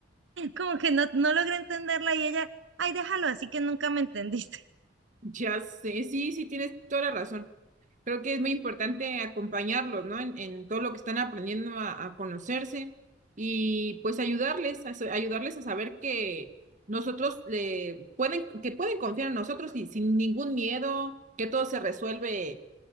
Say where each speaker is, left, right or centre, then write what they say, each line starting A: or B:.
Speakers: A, on the right (about 80°); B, on the right (about 45°).
A: Como que no, no logré entenderla y ella, ay, déjalo, así que nunca me entendiste. <laughs>
B: Ya sé, sí, sí, tienes toda la razón. Creo que es muy importante acompañarlos, ¿no? En, en todo lo que están aprendiendo a, a conocerse y pues ayudarles, a, sa- ayudarles a saber que nosotros le pueden, que pueden confiar en nosotros y sin ningún miedo, que todo se resuelve,